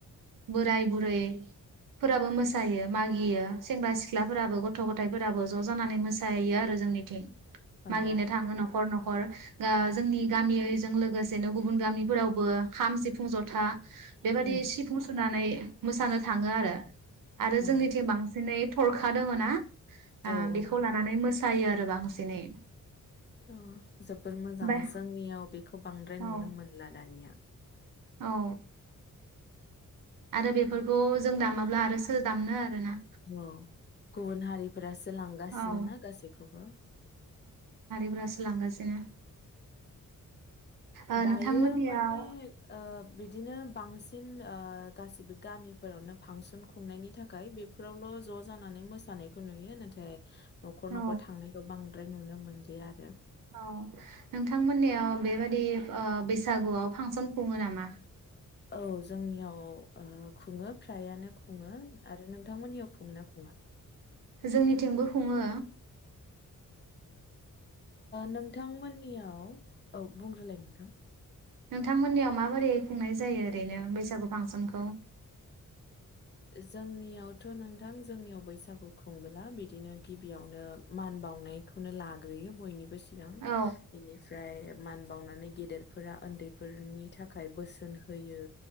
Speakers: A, on the right; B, on the left.
A: बोराय बुरैफोराबो मोसायो मागियो सेंग्रा सिख्लाफोराबो गथ' गथायफोराबो ज' जानानै मोसायो आरो जोंनिथिं
B: औ
A: मागिनो थाङो नखर नखर जोंनि गामिजों लोगोसेनो गुबुन गामिफोरावबो खाम, सिफुं, जथा बेबायदि
B: उम
A: सिफुं सुनानै मोसानो थाङो आरो आरो
B: औ
A: जोंनिथिं बांसिनै थरखा दोङो ना
B: औ
A: बेखौ
B: औ
A: लानानै मोसायो जायो आरो बांसिनै
B: अ जोबोर मोजां
A: ओमफ्राय
B: जोंनियाव बेखौ बांद्राय
A: औ
B: नुनो मोनला दानिया
A: औ आरो बेफोरखौ जों दामाब्ला आरो सोर दामनो आरोना
B: औ गुबुन हारि जायफ्रा जोलांगासिनो
A: औ
B: ना गासैखौबो
A: फोरासो लांगासिनो ओ
B: दायो
A: नोंथांमोननियाव
B: माने ओ बिदिनो बांसिन ओ गासिबो गामिफोरावनो फांसन खुंनायनि थाखाय बेफोरावल ज'जानानै मोसानायखौ नुयो नाथाय न'खर
A: औ
B: न'खर थांनायखौ बांद्राय नुनो मोनलिया आरो
A: औ नोंथांमोननियाव बेबादि बैसागुआव फांसन खुङो नामा
B: औ जोंनियाव ओ खुङो फ्रायानो खुङो आरो नों नोंथांमोननियाव खुंङोना खुङा
A: जोंनिथिंबो खुङो।
B: नोंथांमोननियाव औ बुंग्रोलाय नोंथां
A: नोंथांमोननियाव माबोरै खुंनाय जायो ओरैनो बैसागु फांसनखौ?
B: जोंनियावथ नोंथां जोंनियाव बैसागु खुंबोला बिदिनो गिबियावनो मान बावनायखौनो लाग्रोयो बयनिबो सि सिगां
A: औ
B: बेनिफ्राय। मान बावनानै गेदेर। फोरा उन्दैफोरनि थाखाय। थाखाय बोसोन होयो।